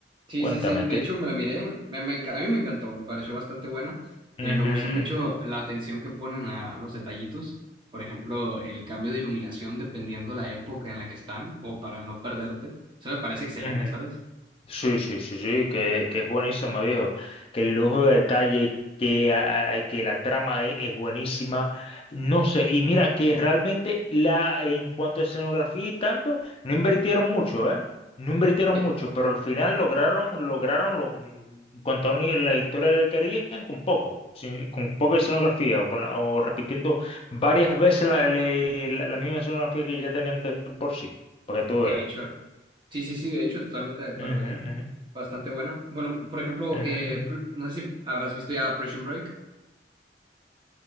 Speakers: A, on the right; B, on the left.
A: Sí,
B: Cuéntame,
A: sí, sí. De
B: ¿qué
A: hecho,
B: te...
A: me la miré. Me, me enca- a mí me encantó. Me pareció bastante buena. Eh,
B: Ujú,
A: me gusta mucho la atención que ponen a los detallitos. Por ejemplo, el cambio de iluminación dependiendo la época en la que están o para no perderte. Eso me parece excelente,
B: ujú, ujú.
A: ¿sabes?
B: Sí, sí, sí, sí, que, que es buenísima, viejo. Que el lujo de detalle, que, ah, ah, que la trama e- es, buenísima. No sé, y mira que realmente la, en cuanto a escenografía y tanto, no invirtieron mucho, ¿eh? No invirtieron
A: De,
B: mucho, pero al final lograron, lograron lo- mm, contar una- la historia que querían con poco, sin- con poca escenografía o, con la- o repitiendo varias veces la, le- la, la misma escenografía que ya tenían de por sí, para que tú
A: de
B: veas.
A: hecho. Sí, sí, sí. De hecho, totalmente de acuerdo,
B: Ujú,
A: ¿eh?
B: ujú,
A: Bastante buena. Bueno, por ejemplo,
B: ujú,
A: eh,
B: ujú.
A: pr- no sé si habrás visto ya Prison Break.